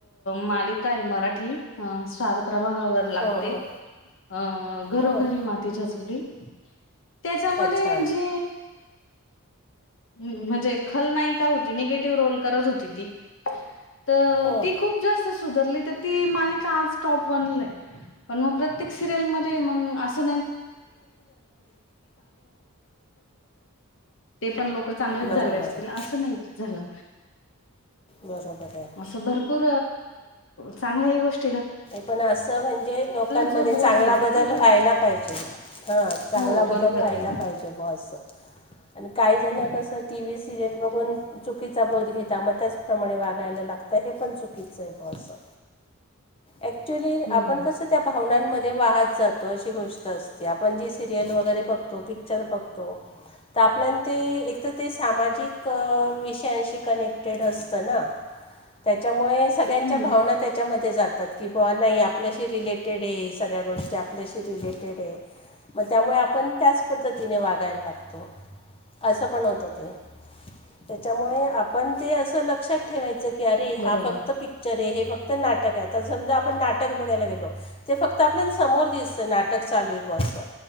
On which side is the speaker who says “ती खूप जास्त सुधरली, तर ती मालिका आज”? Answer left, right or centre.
Left